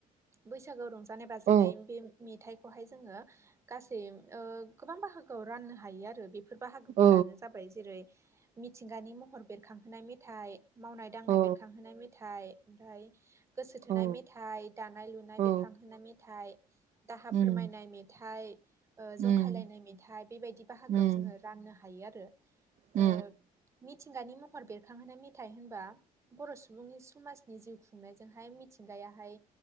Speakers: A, on the right (about 20°); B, on the right (about 50°).
A: बैसागोआव रंजानाय बाजानाय
B: औ
A: बे मेथाइखौहाय जोङो गासै ओ गोबां बाहागोआव राननो हायो आरो बे फोर बाहागोफोरानो
B: औ
A: जाबाय जेरै मिथिंगानि महर बेरखांहोनाय मेथाइ मावनाय दांनाय
B: औ
A: बेरखांहोनाय मेथाइ, ओमफ्राय गोसो थोनाय
B: औ
A: मेथाइ, दानाय लुनाय
B: औ
A: बेरखांहोनाय मेथाइ, दाहा
B: उम
A: फोरमायनाय मेथाइ,
B: उम
A: जंखायलायनाय मेथाइ बेबायदि बाहागोआव
B: उम
A: जोङो राननो हायो आरो।
B: उम
A: ओ मिथिंगानि महर बेरखांहोना मेथाइ होनबा बर' सुबुंनि समाजनि जिउ खुंनायजोंहाय मिथिंगायाहाय